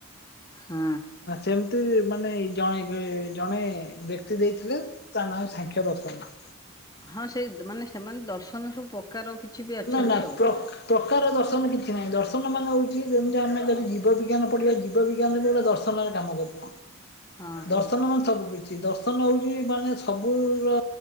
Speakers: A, on the left (about 15°); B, on the left (about 50°).
A: ହଁ।
B: ଚେମତି ମାନେ ଜଣେ ଜଣେ ବ୍ୟକ୍ତି ଦେଇଥିଲେ। ତା ନାଁ ହଉ ସାଂଖ୍ୟ ଦର୍ଶନ।
A: ହଁ ସେ ମାନେ ସେମାନେ ଦର୍ଶନ ସବୁ ପ୍ରକାର କିଛି ବି ଅଛନ୍ତି
B: ନା ନା
A: ଆଉ।
B: ପ୍ର ପ୍ରକାର ଦର୍ଶନ କିଛି ନାଇଁ ଦର୍ଶନ ମାନେ ହଉଚି ଯେମିତି ଆମେ ଯଦି ଜୀବ ବିଜ୍ଞାନ ପଢିବା ଜୀବ ବିଜ୍ଞାନ ବି ଗୋଟେ ଦର୍ଶ ନରେ କାମ କରିବ
A: ହଁ ହଁ
B: ଦର୍ଶନ ମାନେ ସବୁ କିଛି। ଦର୍ଶନ ହଉଛି ମାନେ ସବୁ ର